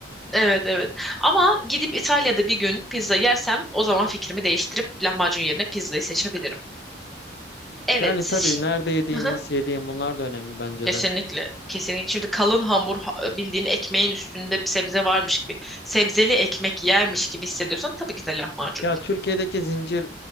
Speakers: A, in the centre; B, on the left.
A: evet, evet. Ama gidip İtalya'da bir gün pizza yersem o zaman fikrimi değiştirip lahmacun yerine pizzayı seçebilirim. Evet,
B: Yani tabii
A: şimdi
B: nerede yediğin,
A: <laughs>
B: nasıl yediğin bunlar da önemli bence
A: kesinlikle,
B: de.
A: kesinlikle. Şimdi kalın hamur ha- bildiğin ekmeğin üstünde bir sebze varmış gibi, sebzeli ekmek yermiş gibi hissediyorsan tabii ki de lahmacun.
B: Ya Türkiye'deki zincir